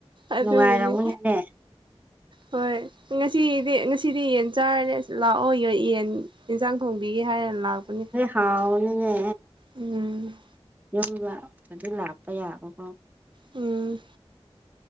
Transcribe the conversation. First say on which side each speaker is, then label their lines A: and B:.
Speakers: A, on the right; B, on the right.
A: ꯑꯗꯨꯒꯤꯅꯤ
B: ꯅꯨꯡꯉꯥꯏꯔꯎꯅꯅꯦ
A: ꯍꯣꯏ ꯉꯁꯤꯗꯤ ꯉꯁꯤꯗꯤ ꯌꯦꯟ ꯆꯥꯔꯅꯤ ꯑꯁ ꯂꯥꯛꯑꯣ ꯌ ꯌꯦꯟ ꯏꯟꯁꯥꯡ ꯊꯣꯡꯕꯤꯒꯦ ꯍꯥꯏꯔꯅ ꯂꯥꯛꯄꯅꯤ
B: ꯍꯥꯎꯅ
A: ꯎꯝ
B: ꯌꯨꯝ ꯂꯄꯗꯤ ꯂꯥꯛꯄ ꯌꯥꯕꯀꯣ
A: ꯎꯝ